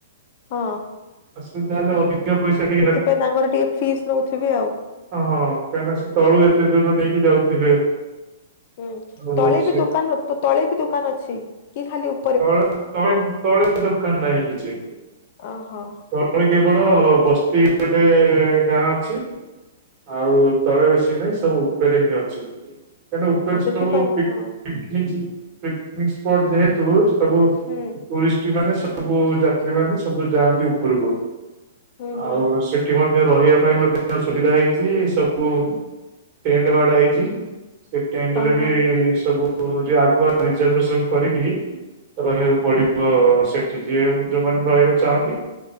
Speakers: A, on the left (about 50°); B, on the right (about 40°).
A: ହଁ।
B: ଅସୁବିଧା ହେଲେ <unintelligible> ଯ ପଇସାଟି
A: ସେଥିପାଇଁ ତାଙ୍କର ଟିକେ ଫିସ୍ ନଉଥିବେ ଆଉ।
B: ହଁ କାହିଁନା ସେ ତଳୁ ଏତେ ଦୂର ନେଇକି ଯାଉଥିବେ।
A: ହୁଁ
B: ଆଉ
A: ତଳେ
B: ସେ
A: ବି ଦୋକାନ ଅ ତଳେ ବି ଦୋକାନ ଅଛି କି ଖାଲି ଉ
B: ତଳେ ତଳେ ତଳେ ଦୋକାନ ନାହିଁ କିଛି।
A: ଅହୋ।
B: ତଳେ କେବଳ ବସ୍ତି ଗୋଟେ ଗାଁ ଅଛି। ଆଉ ତଳେ ବେଶି ନାହିଁ ସବୁ ଉପରେ ହିଁ ଅଛି। କାରଣ ଉପରେ
A: ଓ ସେଥିପାଇଁ
B: ସବୁ ପିକ୍
A: ହଁ
B: ପିକନିକ୍ ପିକନିକ୍ ସ୍ପଟ ଯେହେ ତୁ ସବୁ
A: ହୁଁ
B: ଟୁରିଷ୍ଟ ମାନେ ସବୁ ଯାତ୍ରୀ ମାନେ ସବୁ ଯାଆନ୍ତି ଉ ପୁରୁକୁ
A: ହୁଁ ହୁଁ
B: ଆଉ ସେଠ ଠି ମଧ୍ୟ ରହିବା ପାଇଁ ମଧ୍ୟ ସୁବିଧା ହେଇଛି ସବୁ ଟେଣ୍ଟ ବାଡ଼ା ହେଇଛି। ସେ ଟେଣ୍ଡରେ
A: ଓହୋ
B: ବି ସବୁ ଯେ ଆଗୁଆ ରିଜରଭସନ କରିକି। ରହିବାକୁ ପଡିବ ସେଠି ଯିଏ ଯୋଉମାନେ ରହିବାକୁ ଚାହାନ୍ତି।